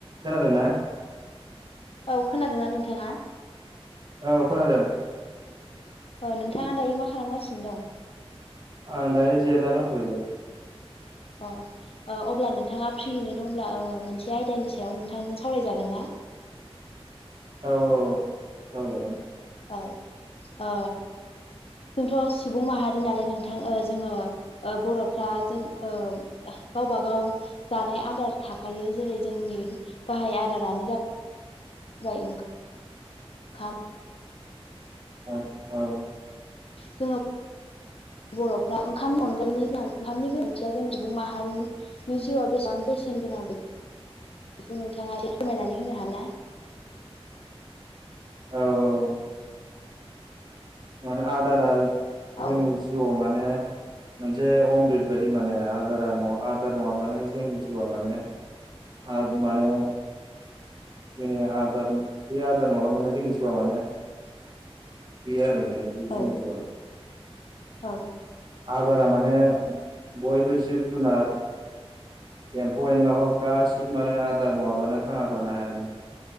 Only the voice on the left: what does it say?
औ खोनादोंना नोंथाङा?
अ नोंथाङा दायो मा खालामगासिनो दं?
अ अ अब्ला नोंथाङा फ्रियैनो दंब्ला ओ मोनसे आयदानि सायाव नो थां सावरायजागोन ना?
औ अ जोंथ' सुबुं माहारि नालाय नोंथां ओ जोङो ओ बर'फ्रा जों ओ गावबा गाव जानाय आदार थाखायो जेरै जोंनि गाहाय आदारानो जा जाबाय ओंखाम
जोंङो बर'फ्रा ओंखाम अनगायनि गोनां ओंखामनि गोनांथिया जों सुबुं माहारिनि जिउआव बेसेबां बेसेन गोनां बे बेखौ नोंथाङा एसे फोरमायनानै होनो हा ना?
औ
<inaudible>
औ
औ